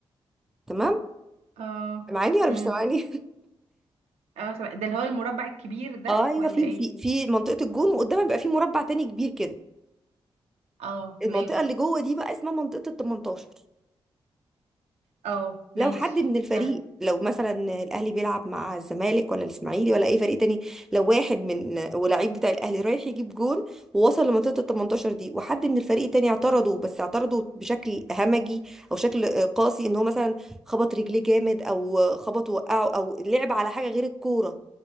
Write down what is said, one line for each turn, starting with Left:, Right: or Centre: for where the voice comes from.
Centre: تمام
Right: اه
Centre: سامعاني ولا
Right: امم
Centre: مش سامعاني
Right: اه سمع- ده اللي هو المربع الكبير
Centre: <laughs>
Right: ده
Centre: اه ايوه
Right: ولا
Centre: في
Right: ايه
Centre: في في منطقه الجون وقدامها بيبقى في مربع تاني كبير كده
Right: اه
Centre: المنطقه
Right: ماشي
Centre: اللي جوه دي بقى اسمها منطقه ال 18
Right: اه ماشي
Centre: لو حد من الفريق
Right: ده
Centre: لو مثلا الاهلي بيلعب مع الزمالك ولا الاسماعيلي ولا اي فريق تاني لو واحد من ولاعيب بتاع الاهلي رايح يجيب جون ووصل لمنطقه ال 18 دي وحد من الفريق التاني اعترضه بس اعترضه بشكل همجي او شكل آه، قاسي ان هو مثلا خبط رجليه جامد او آه، خبط وقعه او لعب على حاجه غير الكوره